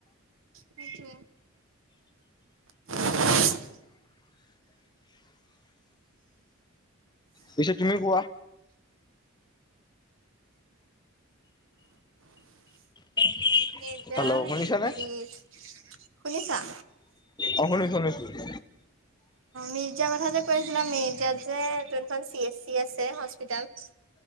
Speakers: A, on the right; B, on the left.
A: তাকে <unintelligible> <inaudible> <unintelligible> <inaudible>
B: পিছে তুমি কোৱা। <inaudible>
A: এতিয়া
B: শুনিছানে
A: হেৰি শুনিছা।
B: অ' শুনি শুনিছোঁ।
A: মিৰ্জা কথা যে কৈ আছিলা মিৰ্জা যে যোনখন চি এছ চি আছে হস্পিতাল।